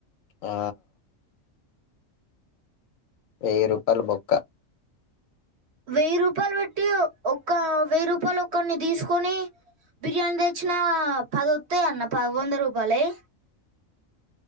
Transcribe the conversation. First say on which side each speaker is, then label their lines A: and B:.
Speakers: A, on the left; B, on the right.
A: ఆ వెయ్యి రూపాయలు బొక్క
B: వెయ్యి రూపాయలు పెట్టి ఒక్క వెయ్యి రూపాయలు ఒక్కరిని తీసుకొని బిర్యానీ తెచ్చిన పదొతాయ్ అన్న పది వంద రూపాయల్యి